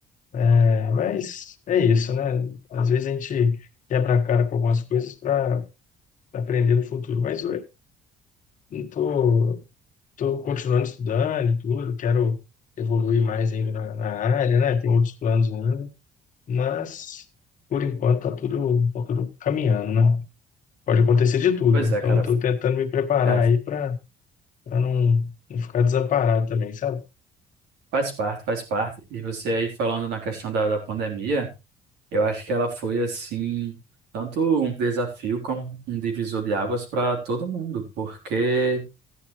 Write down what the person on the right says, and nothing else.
Pois
é, cara,
é,
faz parte, faz parte. E você aí falando na questão da, da pandemia, eu acho que ela foi assim, tanto um desafio como um divisor de águas para todo mundo, porque